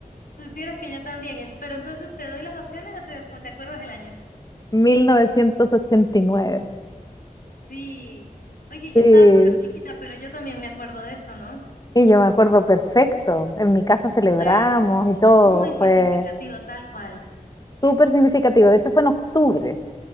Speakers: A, on the left; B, on the left.
A: supieras que yo también, ent- pero entonces te doy las opciones o te, o te acuerdas del año.
B: mil novecientos ochenta y nueve,
A: Sí. Oye,
B: Sí,
A: yo estaba súper chiquita, pero yo también me acuerdo de eso, ¿no?
B: y yo me acuerdo perfecto. En mi casa
A: Es
B: celebramos
A: que fue
B: y todo.
A: muy significativo,
B: Fue
A: tal cual.
B: súper significativo. De hecho, fue en octubre